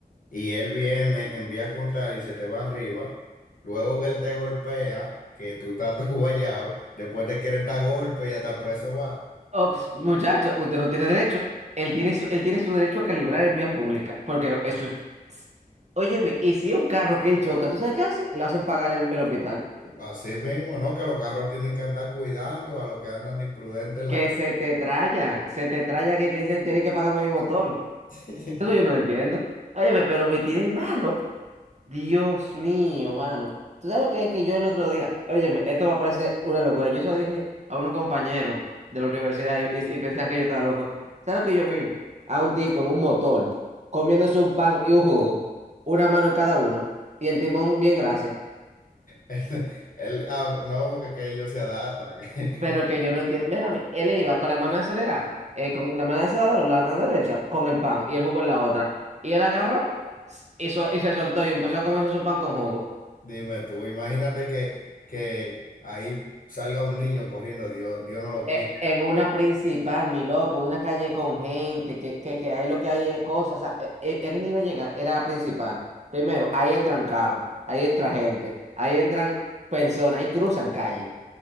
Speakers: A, on the left; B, on the right.
A: y él viene en vía contraria y se te va arriba, luego que él te golpea, que tú estás <laughs> tú guayao, después te quieren dar golpe y hasta preso va.
B: Ops, muchachos, usted no tiene derecho. Él tiene su, él tiene su derecho a calibrar en vía pública, porque eso es... Óyeme, y si es un carro que él choca, ¿tú sabes qué hacen? Lo hacen pagar el el hospital.
A: Así mismo, ¿no? Que los carros tienen que andar cuidando a los que andan de imprudentes en
B: Que
A: la calle.
B: se te trayan, se te trayan y te dicen tienes que pagarme mi motor.
A: <laughs>
B: Eso yo no entiendo. Óyeme, pero me tienen malo. Dios mío, mano. ¿Tú sabes lo que es que yo el otro día? Óyeme, esto va a parecer una locura. Yo eso dije a un compañero de la universidad y, y, y pensaban que yo estaba loco. ¿Sabes lo que yo vi? A un tipo en un motor comiéndose un pan y un jugo, una mano en cada uno, y el timón bien gracias.
A: El- el- ah, no, porque que ellos se adaptan. <laughs>
B: Pero que yo no entiendo. Mírame, él iba con la mano acelerada, eh, con la mano acelerada, la mano derecha, con el pan y el jugo en la otra. Y él agarró y, sol- y se soltó y empezó a comerse su pan con jugo.
A: Dime tú, imagínate que, que ahí salga un niño corriendo, Dios, Dios no lo quiere.
B: Eh, en una principal, mi loco, en una calle con gente, que, que, que ahí lo que hay es cosas. O sea, eh, eh, él iba a llegar, era la principal. Primero, ahí entran carros, ahí entra gente, ahí entran personas, ahí cruzan calle.